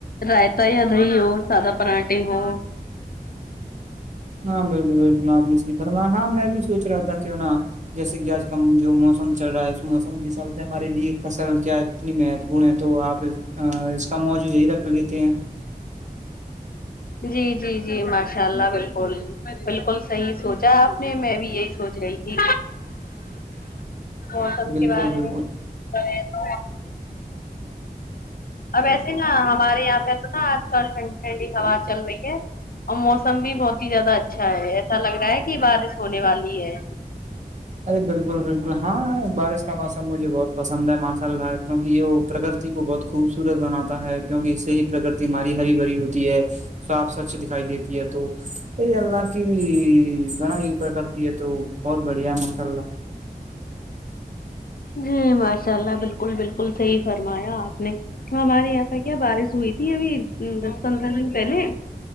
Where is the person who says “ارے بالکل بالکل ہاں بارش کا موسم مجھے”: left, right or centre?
Right